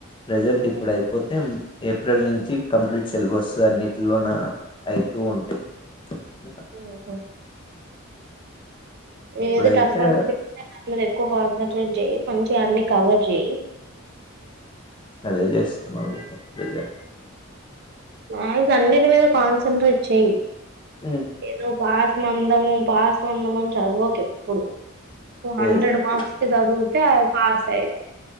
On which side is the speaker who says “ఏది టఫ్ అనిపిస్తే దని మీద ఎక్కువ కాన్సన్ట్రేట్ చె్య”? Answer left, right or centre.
Right